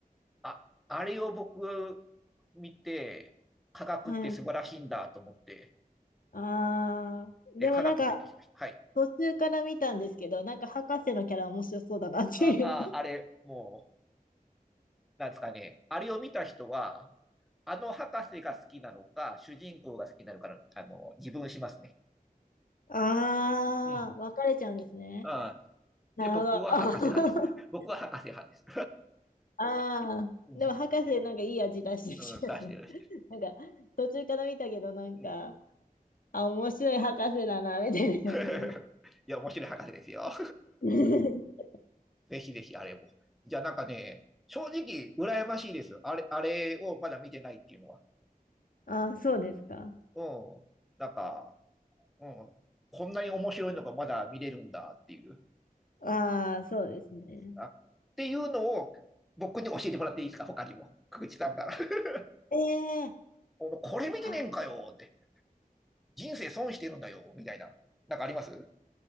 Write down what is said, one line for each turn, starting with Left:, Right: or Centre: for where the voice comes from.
Centre: あ、あれを僕見て、科学って素晴らしいんだと思って、
Left: <laughs> はい。ああ、
Centre: で、
Left: でもなんか、
Centre: 科学勉強しました。はい。
Left: 途中から見たんですけど、なんか博士のキャラ面白そうだなっていう。
Centre: あ、
Left: <laughs>
Centre: あ、あれ、もう、なんですかね。あれを見た人は、あの博士が好きなのか、主人公が好きなのかの、あの、自分しますね。
Left: ああ、
Centre: うん。
Left: 分かれちゃうんですね。
Centre: あ、で、
Left: なるほど。
Centre: 僕は博士派です。<laughs>
Left: <laughs>
Centre: 僕は博士派です。
Left: ああ、
Centre: <laughs>
Left: でも博士なんかいい味出してきてたね
Centre: うん、うん出してる、出してる。
Left: <laughs> なんか途中から見たけどなんか、
Centre: うん。
Left: あ、面白い博士だな、みたいな感じ。
Centre: <laughs> いや、面白い博士ですよ。
Left: <laughs>
Centre: ぜひぜひあれも。じゃあなんかね、正直羨ましいです。あれ、あれをまだ見てないっていうのは。
Left: ああ、そうですか。
Centre: うん。なんか、うん。こんなに面白いのがまだ見れるんだっていう。
Left: ああ、そうですね。
Centre: あ、っていうのを僕に教えてもらっていいですか他にも。久口さんから。<laughs>
Left: ええ
Centre: これ見てねえんかよって。
Left: あ、
Centre: 人生損してるんだよみたいな。なんかあります